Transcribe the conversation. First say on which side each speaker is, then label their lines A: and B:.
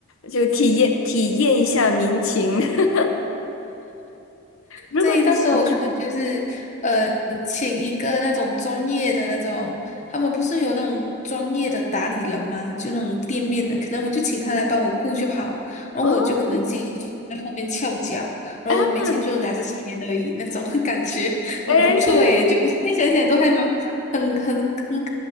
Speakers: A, on the left; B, on the left.
A: 就体验体验一下民情。<laughs> 如果你想出。
B: 对，到时候我可能就是呃，请一个那种专业的那种，他们不是有那种专业的打理人吗？就那种店面的，可能我就请他来帮我顾就好，然后我就可能自己在后面翘脚，
A: 哦。
B: 然后我每天就拿着钱而已，
A: <laughs> 啊，
B: 那种 <laughs> 感觉很不错诶，
A: 哎，对对，
B: 就现在想想都还蛮很很很